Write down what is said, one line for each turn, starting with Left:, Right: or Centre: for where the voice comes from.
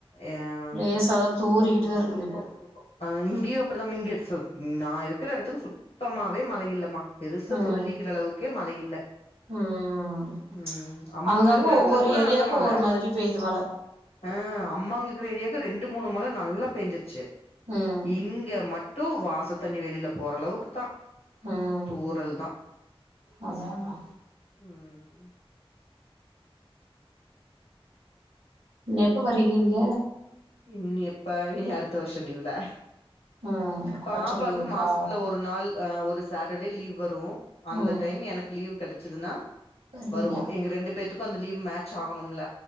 Left: ஏ அத்தா
Right: லேசாதா தூறிக்கிட்டு
Left: தூறிக்குட்டேருக்குது
Right: தா இருக்குது இப்போ
Left: அ இங்கேயு அப்படித்தா மின்கியடிச்சல் நா இருக்கற எடத்துக்கு சுத்தமாவே மழ இல்லமா பெருசா
Right: ம்
Left: சொல்லிக்கிற அளவுக்கே மழ இல்ல
Right: ம்
Left: ம் அம்மாங்க
Right: அங்கங்க
Left: இருக்குற எடத்துலகூட
Right: ஒவ்வொரு ஏரியாக்கு
Left: நல்ல மழ
Right: ஒவ்வொரு மாதிரி பெய்யுது மழ
Left: ஆ அம்மாங்க இருக்கிற ஏரியாக்கு ரெண்டு மூணு மழ நல்லா பேஞ்சிருச்சு
Right: ம்
Left: இங்க மட்டு வாச தண்ணி வெளில போற அளவுக்குதா
Right: ம்
Left: தூறல்தா
Right: அதானா
Left: ம்
Right: எப்ப வரீங்க இங்க
Left: இனி எப்ப இனி அடுத்த வர்ஷோ லீவ்ல
Right: ம் குவார்டர்லி
Left: பாப்பாக்கு
Right: லீவுக்கா
Left: மாசத்துல ஒரு நாள் அ ஒரு சாட்டர்டே லீவ் வரு அந்த
Right: ம்
Left: டைம் எனக்கு லீவ் கெடச்சதுன்னா
Right: வருவீங்க
Left: வருவோ எங்க ரெண்டு பேத்துக்கு அந்த லீவ் மேட்ச் ஆகணுமுல